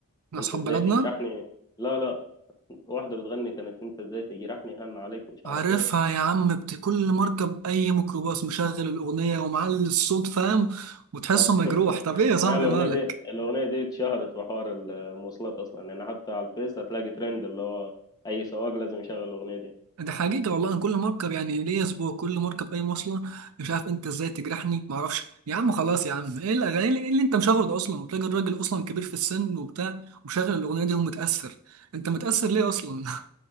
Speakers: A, on the right; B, on the left.
A: أصحاب
B: انت ازاي
A: بلدنا
B: تجرحني لا لا واحده بتغني كانت انت ازاي تجرحني هن عليك مش عارف
A: عارفها
B: ايه
A: يا عم بت- كل مركب اي ميكروباص مشغل الاغنيه ومعلي الصوت فاهم وتحسه
B: <laughs> لا.
A: مجروح طب ايه يا صاحبي
B: هي الاغنيه
A: مالك
B: دي الاغنيه دي اتشهرت في حوار المواصلات اصلا يعني حتى على الفيس هتلاقي ترند اللي هو اي سواق لازم يشغل الاغنيه دي
A: ده حقيقه والله انا كل مركب يعني ليا اسبوع كل مركب اي مواصله مش عارف انت ازاي تجرحني معرفش يا عم خلاص يا عم ايه الاغاني اللي, اللي انت مشغله ده اصلا وتلاقي الراجل اصلا كبير في السن وبتاع ومشغل الاغنيه دي ومتاثر انت متاثر ليه اصلا <laughs>